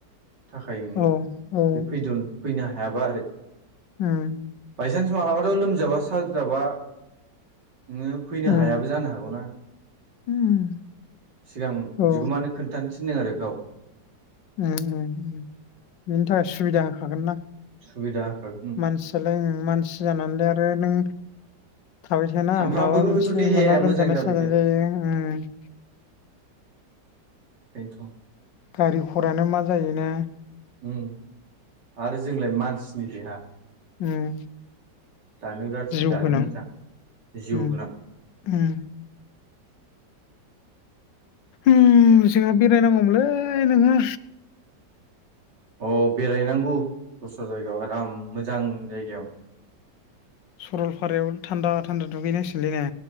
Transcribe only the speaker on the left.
औ औ
ओम
उम
उम
औ
ओम ओम ओम बिनि थाखाय सुबिदा होखागोन ना
मानसिया मानसि जानानैलाय आरो नों थाबाय थायाना
माबा मोनसे
माला लोमजानाय
साजानाय
जायो ओम
गारि घराना मा जायोना
उम
जिउ
गोनां
उम
उम उम जोंहा बेरायनांगौमोनलै नोङो
सरलपारायाव थान्दा थान्दा दुगैनांसिगोनलै ने